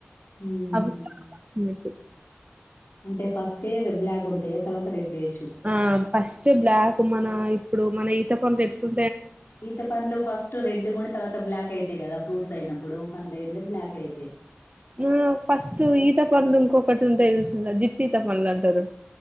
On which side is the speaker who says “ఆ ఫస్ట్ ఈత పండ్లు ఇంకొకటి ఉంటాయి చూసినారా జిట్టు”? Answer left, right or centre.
Right